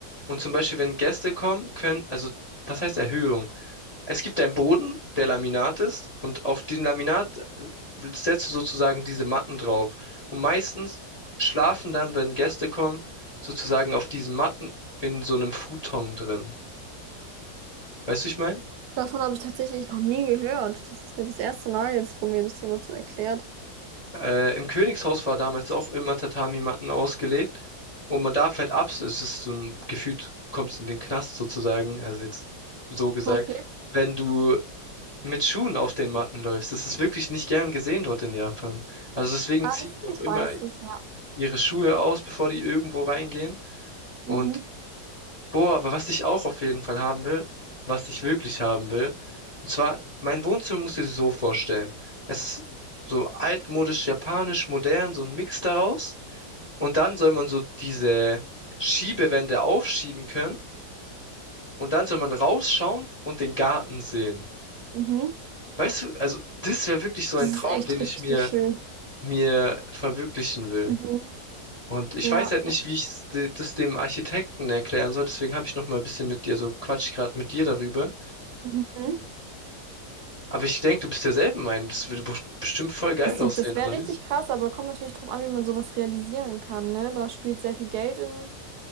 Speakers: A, on the left (about 25°); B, on the right (about 70°).
A: Und zum Beispiel, wenn Gäste kommen, können, also das heißt Erhöhung. Es gibt einen Boden, der Laminat ist, und auf den Laminat äh, setzt du sozusagen diese Matten drauf. Und meistens schlafen dann, wenn Gäste kommen, sozusagen auf diesen Matten in so einem Futon drin. Weißt du, ich meine?
B: Davon habe ich tatsächlich noch nie gehört. Das ist mir das erste Mal jetzt, wo mir das jemand so erklärt.
A: Äh, im Königshaus war damals auch immer Tatami-Matten ausgelegt. Und man darf halt ab, es ist so ein gefühlt, kommst in den Knast sozusagen, also jetzt so gesagt,
B: Okay.
A: wenn du mit Schuhen auf den Matten läufst. Das ist wirklich nicht gern gesehen dort in Japan. Also deswegen
B: Ah,
A: ziehen
B: das,
A: die
B: das
A: auch immer
B: weiß ich, ja.
A: ihre Schuhe aus, bevor die irgendwo reingehen. Und
B: Mhm.
A: boah, aber was ich auch auf jeden Fall haben will, was ich wirklich haben will, und zwar, mein Wohnzimmer musst du dir so vorstellen. Es ist so altmodisch, japanisch, modern, so ein Mix daraus. Und dann soll man so diese Schiebewände aufschieben können. Und dann soll man rausschauen und den Garten sehen.
B: Mhm.
A: Weißt du, also das wäre wirklich so ein
B: Das ist
A: Traum,
B: echt
A: den ich
B: richtig
A: mir,
B: schön.
A: mir verwirklichen will.
B: Mhm.
A: Und ich
B: Ja.
A: weiß halt nicht, wie ich das dem Architekten erklären soll. Deswegen habe ich noch mal ein bisschen mit dir, so quatsch ich gerade mit dir darüber.
B: Mhm.
A: Aber ich denke, du bist derselben Meinung. Das würde bef- bestimmt voll geil
B: Das sieht,
A: aussehen,
B: das wäre
A: oder
B: richtig
A: nicht?
B: krass, aber kommt natürlich drauf an, wie man sowas realisieren kann, ne? Da spielt sehr viel Geld in,